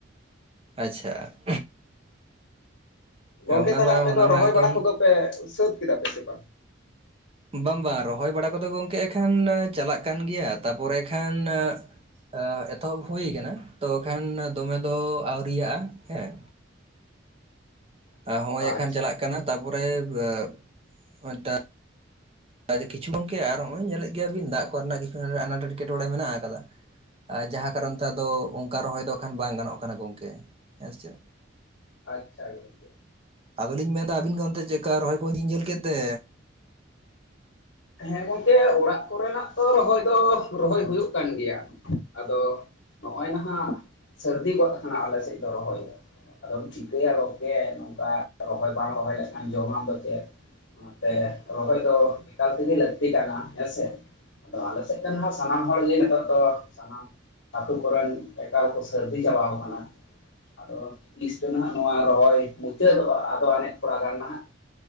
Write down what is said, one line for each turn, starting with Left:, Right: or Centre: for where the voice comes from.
Right: ᱟᱪᱪᱷᱟ <inaudible>
Left: ᱜᱚᱝᱠᱮ
Right: ᱚᱱᱟ
Left: ᱛᱟᱦᱞᱮ
Right: ᱢᱟ
Left: ᱟᱯᱮ
Right: ᱚᱱᱟ
Left: ᱫᱚ
Right: ᱢᱟ
Left: ᱨᱚᱦᱚᱭ
Right: ᱮᱠᱫᱚᱢ
Left: ᱵᱟᱲᱟ ᱠᱚ ᱫᱚ ᱯᱮ ᱥᱟᱹᱛ ᱠᱮᱫᱟ ᱯᱮ ᱥᱮ ᱵᱟᱝ?
Right: ᱵᱟᱝ ᱵᱟᱝ ᱨᱚᱦᱚᱭ ᱵᱟᱲᱟ ᱠᱚ ᱫᱚ ᱜᱚᱝᱠᱮ ᱮᱠᱷᱟᱱ ᱪᱟᱞᱟᱜ ᱠᱟᱱ ᱜᱮᱭᱟ, ᱛᱟᱯᱚ ᱨᱮ ᱠᱷᱟᱱ ᱮᱻ ᱮᱛᱚᱦᱚᱵ ᱦᱩᱭ ᱠᱟᱱᱟ ᱛᱚ ᱠᱷᱟᱱ ᱫᱚᱢᱮ ᱫᱚ ᱟᱹᱣᱨᱟᱭᱟᱜᱼᱟ ᱦᱮᱸ᱾ ᱟ ᱦᱚᱸᱜᱼᱚᱭ ᱮᱠᱷᱟᱱ
Left: ᱟᱪᱪᱷᱟ
Right: ᱪᱟᱞᱟᱜ ᱠᱟᱱᱟ ᱛᱟᱯᱚᱨᱮ <unintelligible> <unintelligible> ᱠᱤᱪᱷᱩ ᱜᱚᱝᱠᱮ ᱟᱨ ᱦᱚᱜᱼᱚᱭ ᱧᱮᱞᱮᱜ ᱜᱮᱭᱟ ᱵᱤᱱ ᱫᱟᱜ ᱠᱚᱨᱮ ᱱᱟᱜ ᱠᱤᱪᱷᱩ ᱦᱟᱱᱰᱮ ᱟᱱᱟᱴ-ᱮᱴᱠᱮᱴᱚᱬᱮ ᱢᱮᱱᱟᱜ ᱟᱠᱟᱫᱟ᱾ ᱟ ᱡᱟᱦᱟᱸ ᱠᱟᱨᱚᱱ ᱛᱮ ᱟᱫᱚ ᱚᱝᱠᱟ ᱨᱚᱦᱚᱭ ᱫᱚ ᱠᱷᱟᱱ ᱵᱟᱝ ᱜᱟᱱᱚᱜ ᱠᱟᱱᱟ ᱜᱚᱝᱠᱮ ᱦᱮᱸ ᱥᱮ!
Left: ᱟᱪᱪᱷᱟ ᱜᱚᱝᱠᱮ ᱾
Right: ᱟᱫᱚ ᱞᱤᱧ ᱢᱮᱱ ᱫᱟ ᱟᱹᱵᱤᱱ ᱜᱮ ᱚᱱᱛᱮ ᱪᱮᱜ ᱠᱟ ᱨᱚᱦᱚᱭ ᱠᱚ ᱤᱧ ᱫᱚᱧ ᱧᱮᱞ ᱠᱮᱫ ᱛᱮ?
Left: ᱦᱮᱸ ᱜᱚᱝᱠᱮ ᱚᱲᱟᱜ ᱠᱚᱨᱮᱱᱟᱜ ᱛᱚ ᱨᱚᱦᱚᱭ ᱫᱚ ᱨᱚᱦᱚᱭ ᱦᱩᱭᱩᱜ ᱠᱟᱱ ᱜᱮᱭᱟ ᱾ ᱟᱫᱚ ᱱᱚᱜᱼᱚᱭ ᱱᱟᱦᱟᱸᱜ ᱥᱟᱹᱨᱫᱤ ᱜᱚᱫ ᱟᱠᱟᱱᱟ ᱟᱞᱮ ᱥᱮᱫ ᱫᱚ ᱨᱚᱦᱚᱭ᱾ ᱟᱫᱚᱢ ᱪᱤᱠᱟᱹᱭᱟ ᱨᱚᱝᱠᱮ ᱱᱚᱜᱚᱝᱠᱟ ᱨᱚᱦᱚᱭ ᱵᱟᱢ ᱨᱚᱦᱚᱭ ᱞᱮᱠᱷᱟᱱ ᱡᱚᱢᱟᱢ ᱫᱚ ᱪᱮᱫ᱾ ᱚᱱᱟ ᱛᱮ ᱨᱚᱦᱚᱭ ᱫᱚ ᱮᱠᱟᱞ ᱛᱮ ᱜᱮ ᱞᱟᱹᱠᱛᱤ ᱠᱟᱱᱟ ᱦᱮᱸ ᱥᱮ ᱟᱫᱚ ᱟᱞᱮ ᱥᱮᱫ ᱫᱚ ᱱᱟᱦᱟᱸᱜ ᱥᱟᱱᱟᱢ ᱦᱚᱲ ᱜᱮ ᱱᱤᱛᱚᱜ ᱫᱚ ᱥᱟᱱᱟᱢ ᱟᱹᱛᱩ ᱠᱚᱨᱤᱱ ᱟᱠᱟᱞ ᱠᱚ ᱥᱟᱹᱨᱫᱤ ᱪᱟᱵᱟᱣ ᱠᱟᱱᱟ᱾ ᱟᱫᱚ ᱛᱤᱥ ᱪᱚ ᱱᱟᱦᱟᱸᱜ ᱱᱚᱣᱟ ᱨᱚᱦᱚᱭ ᱢᱩᱪᱟᱹᱫᱚᱜᱼᱟ ᱟᱫᱚ ᱟᱱᱮᱡ ᱛᱷᱚᱲᱟ ᱜᱟᱱ ᱱᱟᱦᱟᱸᱜ